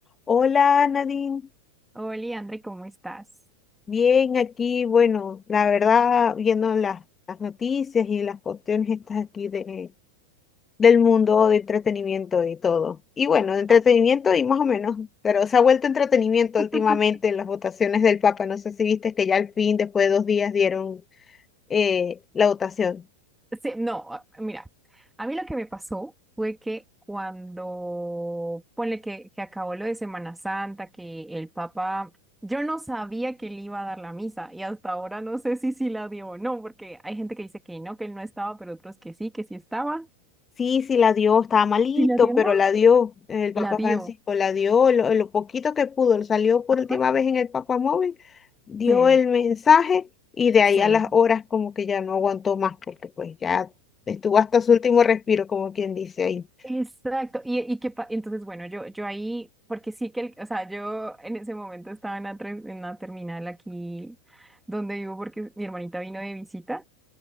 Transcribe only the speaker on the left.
Hola Nadine,
bien aquí, bueno, la verdad, viendo las, las noticias y las cuestiones estas aquí de, del mundo de entretenimiento y todo. Y bueno, de entretenimiento
y más o menos, pero se ha vuelto entretenimiento
últimamente en las votaciones del Papa. No sé si viste que ya al fin, después de dos días, dieron eh, la votación.
Sí, sí, la dio, estaba malito,
pero la dio el Papa
Francisco, la dio lo, lo poquito que pudo, salió por
última vez en el Papa Móvil, dio
el mensaje y de ahí
a las horas como que ya no aguantó más, porque pues ya estuvo hasta su último respiro, como quien dice ahí.